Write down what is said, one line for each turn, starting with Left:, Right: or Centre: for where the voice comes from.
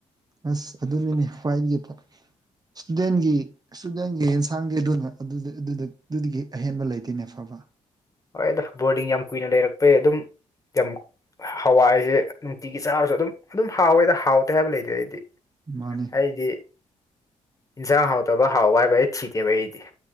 Right: ꯑꯁ ꯑꯗꯨꯅꯤꯅꯦ ꯈ꯭ꯋꯥꯏꯒꯤ ꯏꯁꯇꯨꯗꯦꯟꯒꯤ ꯏꯁꯨꯗꯦꯟꯒꯤ ꯌꯦꯟꯁꯥꯡꯗꯤ ꯑꯗꯨꯅ- ꯑꯗꯨꯗ-ꯑꯗꯨꯗ-ꯑꯗꯨꯗꯒꯤ ꯑꯍꯦꯟꯕ ꯂꯩꯇꯦꯅꯦ ꯐꯕ
Left: ꯍꯣꯏꯗꯥ ꯕꯣꯔꯗꯤꯡ ꯌꯥꯝ ꯀꯨꯏꯅ ꯂꯩꯔꯛꯄꯩ ꯑꯗꯨꯝ ꯌꯥꯝ ꯍꯋꯥꯏꯖꯦ ꯅꯨꯡꯇꯤꯒꯤ ꯆꯥꯔꯁꯨ ꯑꯗꯨꯝ-ꯑꯗꯨꯝ ꯍꯥꯎꯋꯦꯗ ꯍꯥꯎꯇꯦ ꯍꯥꯏꯕ ꯂꯩꯇꯦ ꯑꯩꯗꯤ
Right: ꯃꯥꯟꯅꯤ
Left: ꯑꯩꯗꯤ ꯏꯟꯖꯤꯡ ꯍꯥꯎꯇꯕ ꯍꯥꯎꯕ ꯍꯥꯏꯕ ꯑꯩ ꯊꯤꯗꯦꯕ ꯑꯩꯗꯤ